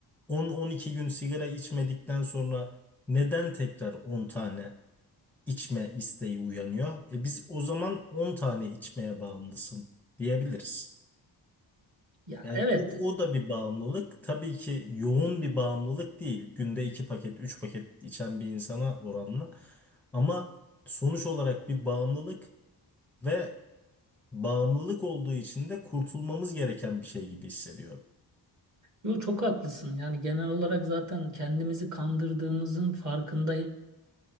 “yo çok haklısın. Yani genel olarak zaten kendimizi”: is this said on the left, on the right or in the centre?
Right